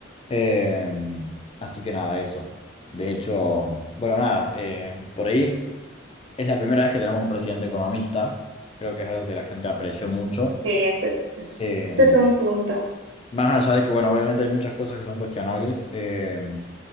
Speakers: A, on the left; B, on the right.
A: Eh, así que nada, eso. De hecho, bueno, nada, eh, por ahí es la primera vez que tenemos un presidente economista. Creo que es algo que la gente apreció mucho.
B: sí, ese, ese
A: Eh,
B: es un punto.
A: más allá de que, bueno, obviamente hay muchas cosas que son cuestionables. eh,